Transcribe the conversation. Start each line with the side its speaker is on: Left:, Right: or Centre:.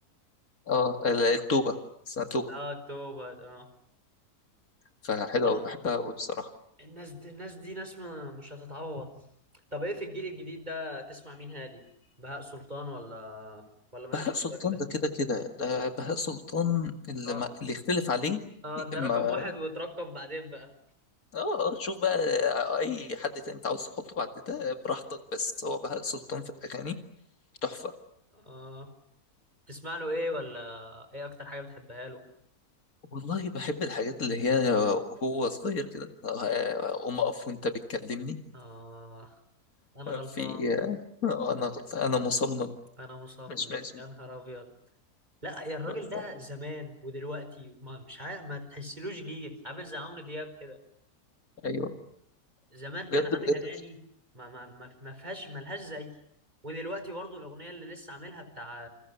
Left: اه ال- التوبة اسمها توبة
Right: اه توبة اه
Left: فحلوة
Right: لا
Left: أوي بحبها أوي بصراحة
Right: الناس دي الناس دي ناس ما مش هتتعوض طب ايه في الجيل الجديد ده تسمع مين هادي بهاء سلطان ولا ولا مالكش
Left: بهاء سلطان
Right: في الراجل
Left: ده
Right: ده
Left: كده كده ده بهاء سلطان اللي
Right: اه
Left: ما اللي يختلف عليه
Right: اه ده
Left: ما
Right: رقم واحد وترقم بعدين بقى
Left: اه شوف بقى أي حد تاني أنت عاوز تحطه بعد ده براحتك بس هو بهاء سلطان في الأغاني تحفة
Right: اه تسمع له ايه ولا ايه اكتر حاجة بتحبها له
Left: والله بحب الحاجات اللي هي وهو صغير كده آه، قوم أقف وأنت بتكلمني
Right: اه انا غلطان
Left: في آه، أنا غلطان أنا مصمم
Right: انا مصمم
Left: مش ماشي
Right: يا نهار ابيض لا يا الراجل
Left: ف-
Right: ده زمان ودلوقتي ما مش عارف ما تحسلوش جيل عامل زي عمرو دياب كده
Left: أيوه
Right: زمان كان
Left: بجد
Right: عامل
Left: بجد
Right: اغاني ما ما ما ما فيهاش ملهاش زي ودلوقتي برضو الاغنيه اللي لسه عاملها بتاع